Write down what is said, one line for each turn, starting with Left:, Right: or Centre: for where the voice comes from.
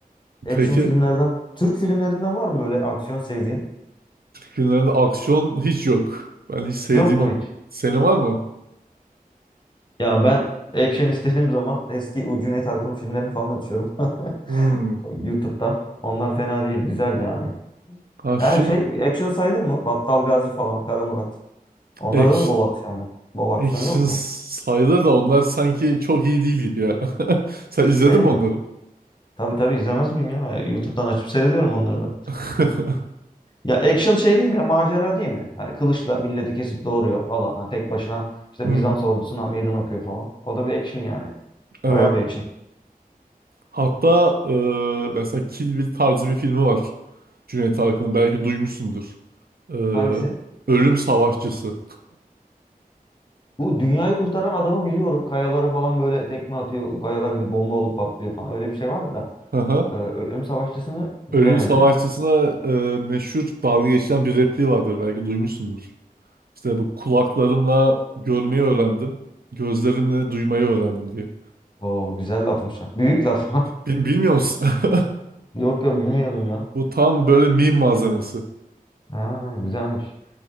Left: e,
Right: Peki
Left: action filmlerden, Türk filmlerinden var mı böyle aksiyon sevdiğin?
Right: günlerde aksiyon hiç yok. Ben hiç sevdiğim
Left: Yok mu
Right: yok.
Left: hiç?
Right: Senin var mı?
Left: Ya ben action istediğim zaman eski o Cüneyt Arkın'ın filmlerini falan açıyorum <laughs>
Right: Hmm.
Left: YouTube'dan. Onlar fena değil, güzel yani.
Right: Action,
Left: Yani şey action sayılır mı? Battal Gazi falan, Kara Murat. Onlarda
Right: action,
Left: da bol aksiyon mu? Bol aksiyon
Right: action
Left: yok mu?
Right: sayılır da onlar sanki çok iyi değil gibi ya. <laughs> Sen izledin
Left: Değil
Right: mi
Left: mi?
Right: onları?
Left: Tabii tabii izlemez miyim ya? YouTube'dan açıp seyrediyorum onları ben.
Right: <laughs>
Left: Ya action şey değil mi ya macera değil mi? Hani kılıçla milleti kesip doğuruyor falan. Hani tek başına işte
Right: Hmm,
Left: Bizans ordusuna meydan okuyor falan. O da bir action yani.
Right: evet.
Left: Bayağı bir action.
Right: Hatta e, mesela Kill Bill tarzı bir filmi var. Cüneyt Arkın'ın. Belki duymuşsundur. E,
Left: Hangisi?
Right: Ölüm Savaşçısı.
Left: Bu dünyayı kurtaran adamı biliyorum. Kayalara falan böyle tekme atıyor. Kayalar gidip bomba olup patlıyor falan. Öyle bir şey vardı da.
Right: Haha.
Left: Ee, Ölüm Savaşçısı'nı bilemedim.
Right: Ölüm Savaşçısına e, meşhur dalga geçilen bir repliği vardır. Belki duymuşsundur. İşte bu kulaklarımla görmeyi öğrendim. Gözlerimle duymayı öğrendim diye.
Left: Oo güzel lafmış ha. Büyük laf.
Right: Bil- bilmiyor musun? <laughs>
Left: <laughs> Yok yok bilmiyordum ya.
Right: Bu tam böyle meme malzemesi.
Left: Ha güzelmiş.